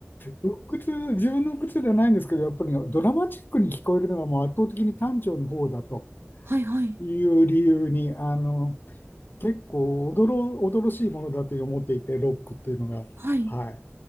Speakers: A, on the left; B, on the right.
A: ロックツー自分の靴ではないんですけど、やっぱりドラマチックに聞こえるのがもう圧倒的に短調の方だと
B: はいはい。
A: いう理由に、あの、結構驚、驚しいものだと思っていて、ロックっていうのが。
B: はい。
A: はい。